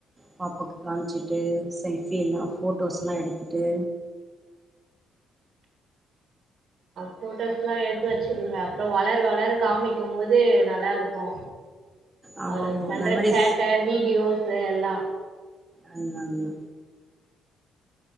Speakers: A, on the right (about 20°); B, on the right (about 70°).
A: பாப்பாக்கு காமிச்சுட்டு செல்ஃப் ஃபீலா ஃபோட்டோஸ்லா எடுத்துட்டு
B: ஃபோட்டோஸ் எல்லா எடுத்து வச்சுக்கோங்க அப்புறம் வளர வளர காமிக்க இருக்கு போது நல்லாருக்கு
A: ஆமா
B: அவர்
A: ஆமா
B: பண்ற
A: மெமரிஸ்
B: சேட்டை வீடியோஸ் இதா எல்லா
A: அண்ணாங்கு